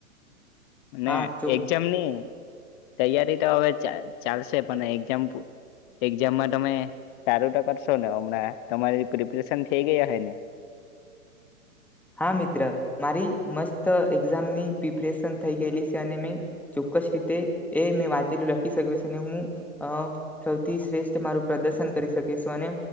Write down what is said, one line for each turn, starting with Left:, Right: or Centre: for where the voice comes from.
Left: ને
Centre: હા ચો
Left: એક્જામની તૈયારી તો હવે ચા ચાલશે. પણ એક્ઝામપૂ એક્ઝામમાં તમે સારું તો કરશો ને હમણાં તમારી પ્રિપરેશન થઈ ગય હએ ને
Centre: હા મિત્ર મારી મસ્ત એક્ઝામની પ્રિપરેશન થઈ ગયેલી શે ને મે ચોક્કસ રીતે એ મેં વાંચેલું લખી શકુ છુ અને હું સૌથી શ્રેષ્ઠ મારું પ્રદર્શન કરી શકીશું અને